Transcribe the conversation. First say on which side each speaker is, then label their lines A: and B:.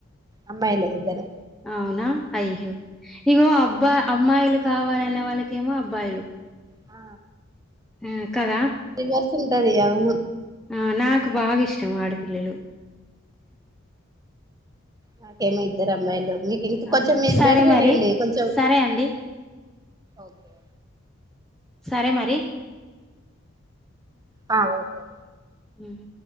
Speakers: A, on the right (about 15°); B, in the centre.
A: అమ్మాయిలే ఇద్దరు
B: అవునా అయ్యో ఇగో అబ్బాయి అమ్మాయిలు కావాలనే వాళ్ళకేమో అబ్బాయిలు
A: ఆ
B: ఉమ్ కదా
A: రివర్స్ ఉంటది ఏమో
B: ఆ నాకు బాగా ఇష్టం ఆడపిల్లలు
A: నాకేమో ఇద్దరు అమ్మాయిలు మీకు ఇంకా
B: ఆ
A: కొంచెం మీది
B: సరే
A: బెటరీ
B: మరి
A: లేండి కొంచెం
B: సరే అండి
A: ఓకే
B: సరే మరి
A: ఆ ఓకే
B: ఉమ్